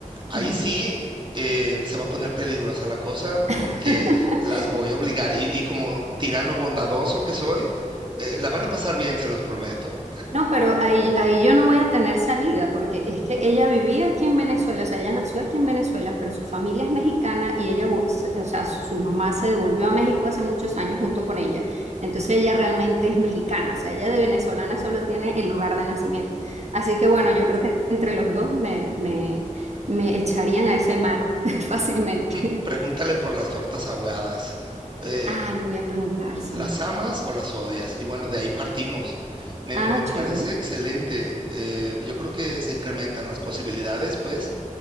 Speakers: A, on the right (about 35°); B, on the right (about 55°).
A: ahí
B: Ujú.
A: sí eh, se va a poner peligrosa la cosa
B: <laughs>
A: porque las voy a obligar. Y, y como tirano bondadoso que soy, eh, la van a pasar bien, se los prometo.
B: No, pero ahí, ahí yo no voy a tener salida porque es que ella vivía aquí en Venezuela, o sea, ella nació aquí en Venezuela, pero su familia es mexicana y ella, vo- s- o sea, su mamá se devolvió a México hace muchos años junto con ella. Entonces ella realmente es mexicana, o sea, ella de venezolana solo tiene el lugar de nacimiento. Así que bueno, yo creo que entre los dos me, me, me echarían a ese mar <laughs> fácilmente.
A: <clears throat> Pregúntale por las tortas ahogadas. Eh,
B: Ah, le voy a preguntar, sí.
A: ¿las amas o las odias? Y bueno, de ahí partimos. Me,
B: Ah,
A: me parece
B: chévere.
A: excelente. eh, yo creo que se incrementan las posibilidades, pues.